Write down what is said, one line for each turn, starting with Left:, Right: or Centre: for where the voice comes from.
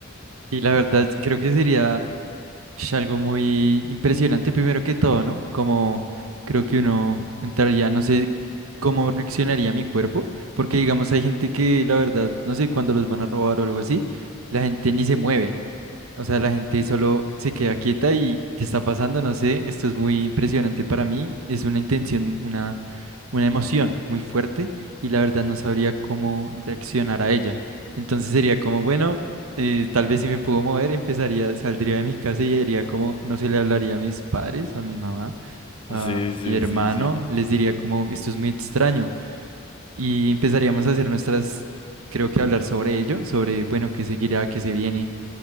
Right: Y la verdad creo que sería sh, algo muy impresionante primero que todo, ¿no? Como creo que uno entraría, no sé cómo reaccionaría mi cuerpo, porque digamos hay gente que la verdad, no sé, cuando los van a robar o algo así, la gente ni se mueve. O sea, la gente solo se queda quieta y ¿qué está pasando? No sé, esto es muy impresionante para mí, es una intención, una, una emoción muy fuerte y la verdad no sabría cómo reaccionar a ella. Entonces sería como, bueno, eh, tal vez si me puedo mover, empezaría, saldría de mi casa y haría como, no se le hablaría a mis padres, a mi mamá, a
Left: Sí, sí,
Right: mi hermano,
Left: sí, sí.
Right: les diría como, esto es muy extraño y empezaríamos a hacer nuestras, creo que hablar sobre ello, sobre, bueno, qué seguirá, qué se viene